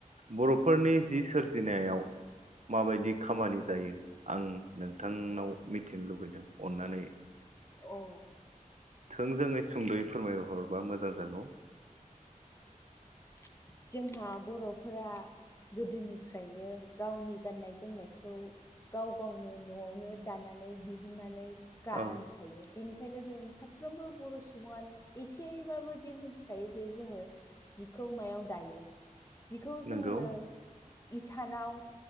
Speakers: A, on the right; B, on the left.
A: बर'फोरनि जि सोरजिनायाव माबायदि खामानि जायो आं नों थांनाव मिथिनो लुबैदों अननानै
B: अ
A: थोंजोङै सुंद'यैब्लाबो फोरमाय हरब्ला मोजां जागौ
B: <unintelligible> <unintelligible> साफ्रोमबो
A: औ
B: बर' सुबुङानो एसेबाबो जे मिथिखायो जे जोङो खौ मायाव दायो जिखौ जोङो
A: नंगौ
B: इसानाव